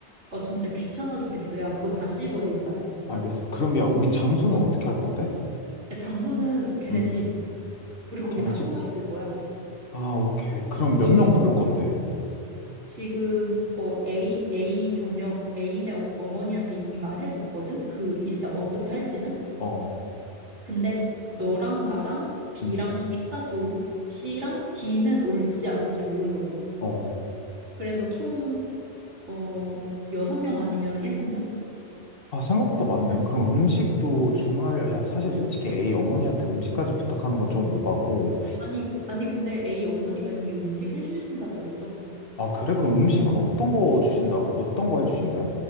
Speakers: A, on the right (about 85°); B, on the left (about 55°).
A: 아 진짜 귀찮아 죽겠어. 야, 그거 다 씹어 일단.
B: 알겠어. 그럼, 야, 우리 장소는 어떻게 할 건데?
A: 야, 장소는 걔네
B: 음.
A: 집. 우리 거기
B: 걔네
A: 다 숨어 있을 거야.
B: 아, 오케이. 그럼 몇
A: 이미
B: 명
A: 어,
B: 부를 건데?
A: 지금 어 A A 전역 A네 어, 어머니한테 이미 말해뒀거든. 그 일단 어떻게 할지는.
B: 어,
A: 근데 너랑 나랑 B랑
B: 음,
A: C까지 오, C랑 D는 올지 안 올지 모르거든.
B: 어.
A: 그래서 총 어, 여섯 명 아니면 일곱 명?
B: 아, 생각보다 많네. 그럼 음식도 주문하려, 야, 사실 솔직히 A 어머니한테 음식까지 부탁하는 건 좀 오바고.
A: 아니, 그, 아니, 근데 A 어머니가 이미 음식 해주신다고 했어.
B: 아, 그래? 그럼 음식은 어떤 거 주신다고, 어떤 거 해주신대?